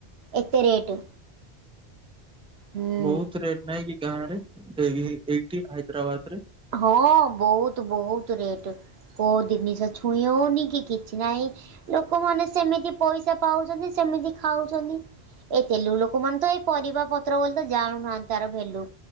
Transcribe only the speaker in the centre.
ବହୁତ ରେଟ ନେଇ କି ଗାଁ ରେ ଏ- ଏଇଠି ହାଇଦ୍ରାବାଦ ରେ?